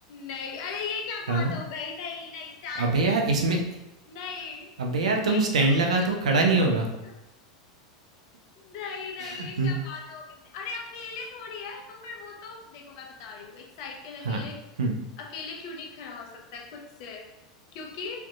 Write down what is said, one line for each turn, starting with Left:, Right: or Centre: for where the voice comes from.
Left: नहीं अरे ये क्या बात
Right: हाँ,
Left: हो गई नहीं नहीं स्टैंड
Right: अबे यार इसमें
Left: नहीं
Right: अबे यार तुम
Left: एक
Right: स्टैंड
Left: साइकिल
Right: लगा तो वो खड़ा नहीं
Left: <laughs>
Right: होगा।
Left: नहीं नहीं ये
Right: हुँ,
Left: क्या बात हो गई अरे अकेले थोड़ी है तो फिर वो तो देखो मैं बता रही हूँ एक साइकिल अकेले
Right: हाँ, हुँ,
Left: अकेले क्यों नहीं खड़ा हो सकता है खुद से क्योंकि